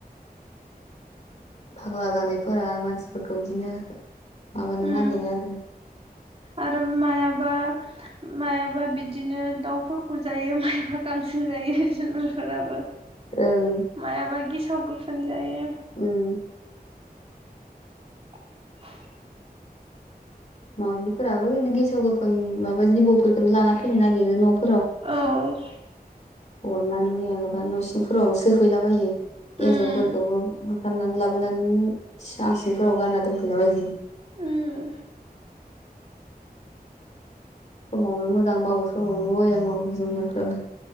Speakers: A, on the left; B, on the right.
A: फाग्ला जानायफोरा मानसिफोरखौ बिदिनो माबानो
B: उम
A: नागिरो आरो।
B: आरो मायाबा मायाबा बिदिनो दाउफोरखौ जायो मायाबा गांसो जायो जुनारफोराबो।
A: ओं
B: मायाबा गेसाव गोफोन जायो?
A: ओं
B: <inaudible>
A: मावजिफोराबो गेसौ गोफोन माबा जिबौफोरखौनो लाना फैनो नागिरो न'।
B: औ‌।
A: हरनानै माबलाबा न' सिंफोराव सोहैलाबायो।
B: उम
A: एन्जरफोरखौबो बुथारनानै लाबोनानै सां सिंफोराव गानना दोनफैला बायो।
B: उम
A: समावनो मोजां मावो समावनो बया मावो जुनारफ्राबो।